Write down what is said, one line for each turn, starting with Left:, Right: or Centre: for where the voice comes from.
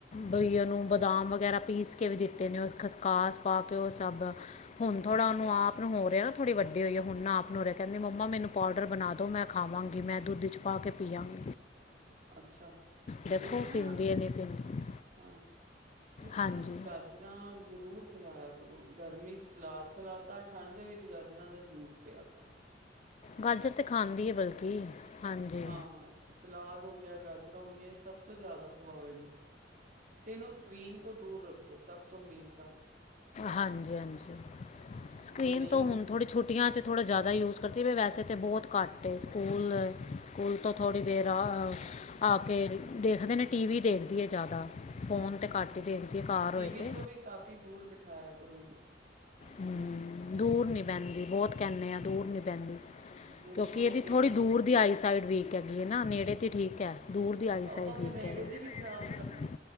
Left: ਬਈ ਉ ਨੂੰ ਬਦਾਮ ਵਗੈਰਾ ਪੀਸ ਕੇ ਕੇ ਵੀ ਦਿੱਤੇ ਨੇ ਉਹ ਖਸਕਾਸ ਪਾ ਕੇ ਉਹ ਸਭ ਹੁਣ ਥੋੜਾ ਉਹਨੂੰ ਆਪ ਨੂੰ ਹੋ ਰਿਹਾ ਨਾ ਥੋੜੀ ਵੱਡੀ ਹੋਈ ਆ ਹੁਣ ਨਾ ਆਪ ਨੂੰ ਉਰੇ ਕਹਿੰਦੀ ਮੰਮਾ ਮੈਨੂੰ ਪਾਊਡਰ ਬਣਾ ਦੋ ਮੈਂ ਖਾਵਾਂਗੀ ਮੈਂ ਦੁੱਧ ਚ ਪਾ ਕੇ ਪੀਵਾਂਗੀ।
Right: ਅੱਛਾ
Left: ਦੇਖੋ
Right: ਇਹਦੇ ਨਾ
Left: ਪੀਂਦੀ ਹੈ ਨਹੀਂ ਪੀਂਦੀ
Right: ਹਾਂ ਤੁਸੀਂ
Left: ਹਾਂਜੀ
Right: ਨਾ ਇਹਨੂੰ ਗਾਜਰ ਗਾਜਰਾਂ ਜ਼ਰੂਰ ਖਿਲਾਇਆ ਕਰੋ ਗਰਮੀ ਚ ਸਲਾਦ ਖਿਲਾ ਤਾ ਠੰਡ ਦੇ ਵਿੱਚ ਗਾਜਰਾਂ ਦਾ ਜੂਸ ਪਿਆ ਤਾ
Left: ਗਾਜਰ ਤਾਂ ਖਾਂਦੀ ਹੈ, ਬਲਕਿ ਹਾਂਜੀ।
Right: ਹਾਂ ਸਲਾਦ ਹੋ ਗਿਆ, ਗਾਜਰਾਂ ਹੋ ਗਈਆਂ, ਇਹ ਸਭ ਤੋਂ ਜ਼ਿਆਦਾ ਖਵਾਓ ਇਹਨੂੰ। ਤੇ ਇਹਨੂੰ ਸਕਰੀਨ ਤੋਂ ਦੂਰ ਰੱਖੋ ਸਭ ਤੋਂ ਮੇਨ ਗੱਲ।
Left: ਹਾਂਜੀ ਹਾਂਜੀ ਸਕਰੀਨ
Right: ਜੇ ਨਹੀਂ
Left: ਤੋਂ
Right: ਆ
Left: ਹੁਣ ਥੋੜ੍ਹੀ ਛੁੱਟੀਆਂ ਚ ਥੋੜ੍ਹਾ ਜ਼ਿਆਦਾ ਯੂਜ਼ ਕਰਤੀ ਵੀ ਵੈਸੇ ਤਾਂ ਬਹੁਤ ਘੱਟ ਸਕੂਲ ਸਕੂਲ ਤੋਂ ਥੋੜ੍ਹੀ ਦੇਰ ਆ ਆ ਕੇ ਦੇਖਦੇ ਨੇ ਟੀ ਵੀ ਦੇਖਦੀ ਐ ਜ਼ਿਆਦਾ, ਫੋਨ ਤੇ ਘੱਟ ਹੀ ਦੇਖਦੀ ਹੈ। ਘਰ
Right: ਟੀ
Left: ਹੋਏ
Right: ਵੀ
Left: ਤਾਂ
Right: ਤੋਂ ਵੀ ਕਾਫ਼ੀ ਦੂਰ ਬਿਠਾਇਆ ਕਰੋ ਇਹਨੂੰ।
Left: ਹੂੰ ਦੂਰ ਨਹੀਂ ਬਹਿੰਦੀ ਬਹੁਤ ਕਹਿੰਦੇ ਹਾਂ ਦੂਰ ਨਹੀਂ ਬਹਿੰਦੀ।
Right: ਦੇਖੋ
Left: ਕਿਉਂਕਿ ਇਹਦੀ
Right: ਦੇਖੋ
Left: ਥੋੜ੍ਹੀ ਦੂਰ ਦੀ ਆਈ ਸਾਈਡ ਵੀਕ ਹੈਗੀ ਹੈ ਨਾ ਨੇੜੇ ਤੇ ਠੀਕ ਹੈ ਦੂਰ ਉਹਦੀ ਆਈਸਾਇਡ
Right: ਉਹ ਤਾਂ ਫੇਰ
Left: ਵੀਕ
Right: ਨੇੜੇ
Left: ਹੈ।
Right: ਦੀ ਵੀ ਖ਼ਰਾਬ ਕਰ ਲੂ